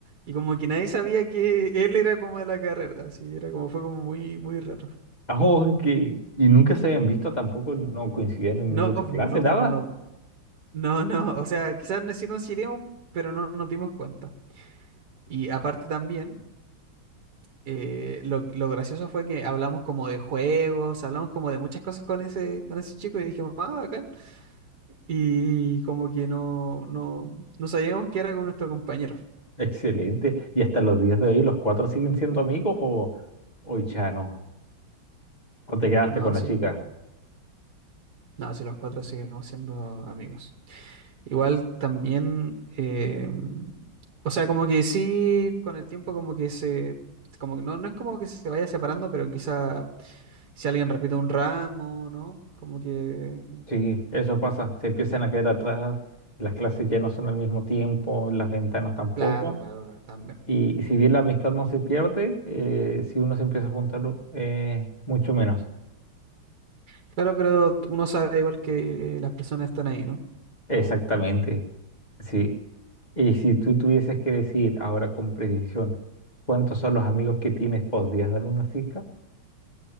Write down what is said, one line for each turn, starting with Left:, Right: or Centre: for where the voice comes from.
Right: y como que nadie sabía que <laughs> él era como de la carrera, así era como fue como muy, muy raro.
Left: Ajo, que, y nunca se habían visto tampoco, no coincidían en
Right: No,
Left: ninguna
Right: no,
Left: clase, nada.
Right: no, no, no, no, o sea, quizás no sí coincidíamos, pero no nos dimos cuenta. Y aparte también... eh, lo, lo gracioso fue que hablamos como de juegos, hablamos como de muchas cosas con ese, con ese chico y dijimos, ah, bacán. Y como que no, no, no sabíamos que era con nuestro compañero.
Left: Excelente. ¿Y hasta los días de hoy los cuatro siguen siendo amigos o, o ya no? ¿O te quedaste
Right: No,
Left: con la
Right: sí,
Left: chica?
Right: no, sí, los cuatro seguimos siendo amigos. Igual también, eh, o sea, como que sí, con el tiempo como que se, como que no, no es como que se vaya separando, pero quizá si alguien repite un ramo, ¿no? Como que,
Left: Sí, eso pasa. Se empiezan a quedar atrás, las clases ya no son al mismo tiempo, las ventanas tampoco.
Right: claro, claro, claro, también.
Left: Y si bien la amistad no se pierde, eh, si uno se empieza a juntar, eh, mucho menos.
Right: Claro, pero uno sabe igual que las personas están ahí, ¿no?
Left: Exactamente, sí. Y si tú tuvieses que decir ahora con precisión cuántos son los amigos que tienes, ¿podrías dar una cifra?